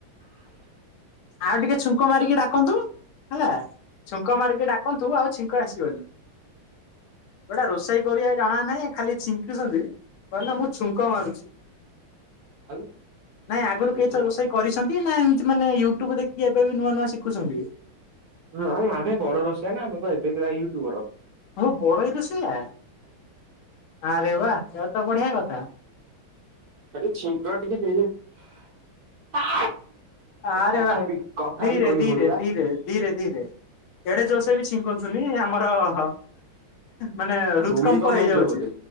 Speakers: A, on the left; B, on the right.
A: ଆଉ ଟିକେ ଛୁଙ୍କ ମାରିକି ଡାକନ୍ତୁ ହେଲା। ଛୁଙ୍କ ମାରିକି ଡାକନ୍ତୁ ଆଉ ଛିଙ୍କ ଆସିବନି। ଗୋଟା ରୋଷେଇ କରିବା ଜଣା ନାହିଁ ଖାଲି ଛିଙ୍କୁଛନ୍ତି କଣ ନା ମୁଁ ଛୁଙ୍କ ମାରୁଛି।
B: ଆଉ
A: ନାଇଁ ଆଗରୁ
B: ବୁଝିବ
A: କେଇ ଥର ରୋଷେଇ କରିଛନ୍ତି ନା ଏମିତି ମାନେ ୟୁ ଟ୍ୟୁବ ଦେଖିକି ଏବେ ବି ନୂଆ ନୂଆ ଶିଖୁଛନ୍ତି।
B: ହଁ ଆଉ ଆମେ ବଡ ରୋଷେଇଆ ନା ଆମ ଏବେ ୟୁଟୁବର।
A: ହୋ ବଡ଼ ରୋଷେଇଆ ଆରେ ବା ଏହା ତ ବଢ଼ିଆ କଥା।
B: ଖାଲି ଛିଙ୍କ ଟିକେ ହେଇଯା
A: ଆରେ
B: ଏ କଥା
A: ବା
B: ବି କଥା
A: ଧୀରେ
B: ବି କହି
A: ଧୀରେ
B: ହଉନି ବା।
A: ଧୀରେ ଧୀରେ ଧୀରେ ଏଡେ ଜୋର ସେ ବି ଛିଙ୍କନ୍ତୁନି ଆମର ହଁ ମାନେ ହୃଦକମ୍ପ
B: ଭୂମିକମ୍ପ
A: ହେଇଯାଉଛି
B: ହେଇଯିବ ବୋଧେ